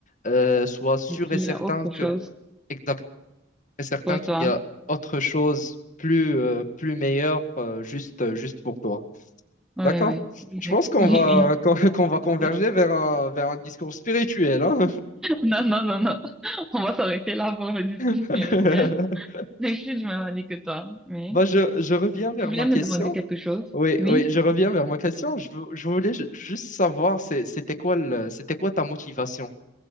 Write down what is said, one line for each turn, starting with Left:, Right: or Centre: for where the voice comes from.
Left: euh, sois sûr
Centre: et qu'il
Left: et certain
Centre: y a autre
Left: que,
Centre: chose
Left: exact, et certain
Centre: pour
Left: qu'il
Centre: toi.
Left: y a autre chose plus, euh, plus meilleure euh, juste, juste pour toi.
Centre: Oui,
Left: D'accord.
Centre: oui, exact.
Left: Je pense qu'on
Centre: Oui,
Left: va, <laughs> qu'on qu'on va converger
Centre: oui. <laughs>
Left: vers un, vers un discours spirituel, hein.
Centre: Non, non, non, non. <laughs> On va s'arrêter là pour le discours
Left: <laughs>
Centre: spirituel. Mais je suis du même avis que toi. Oui.
Left: Bah, je, je reviens vers
Centre: Tu voulais
Left: ma
Centre: me
Left: question.
Centre: demander quelque chose?
Left: Oui,
Centre: Oui.
Left: oui, je reviens vers ma question. Je, vou- je voulais ju- juste savoir, c'est- c'était quoi le- c'était quoi ta motivation